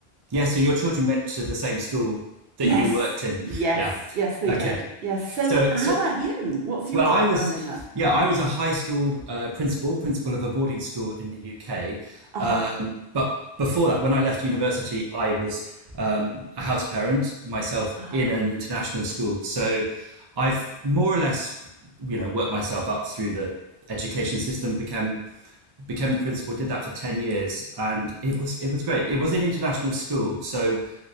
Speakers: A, on the right; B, on the right.
A: Yeah. So your children went to the same school that
B: Yes,
A: you worked in.
B: yes,
A: Yeah.
B: yes, they
A: Okay.
B: did. Yes. So
A: So
B: how
A: so
B: about you? What's
A: Well,
B: your background
A: I was,
B: in that?
A: yeah, I was a high school uh, principal, principal of a boarding school in the UK.
B: Aha.
A: Um, but before that, when I left university, I was um, a house parent myself
B: Ah.
A: in an international school. So I've more or less, you know, worked myself up through the education system. became became a principal, did that for ten years, and it was it was great.
B: Oh
A: It was
B: gosh.
A: an international school, so